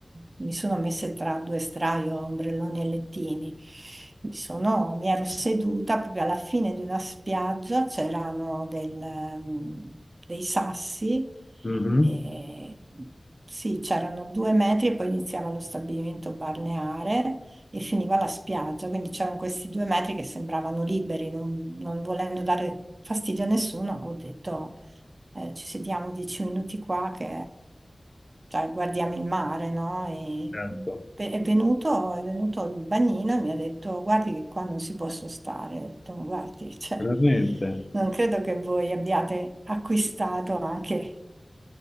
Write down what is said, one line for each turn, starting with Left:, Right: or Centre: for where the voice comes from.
Right: mi sono messa tra due straio, ombrelloni e lettini. Mi sono, mi ero seduta proprio alla fine di una spiaggia, c'erano del- dei sassi,
Left: Mhm,
Right: e, sì, c'erano due metri e poi iniziava lo stabilimento balneare e finiva la spiaggia, quindi c'erano questi due metri che sembravano liberi, non, non volendo dare fastidio a nessuno, ho detto eh, ci sediamo dieci minuti qua che cioè, guardiamo il mare, no? E
Left: certo,
Right: pe- è venuto, è venuto il bagnino e mi ha detto, guardi che qua non si può stare. Ho detto, "Ma guardi, cioè,
Left: veramente.
Right: non credo che voi abbiate acquistato anche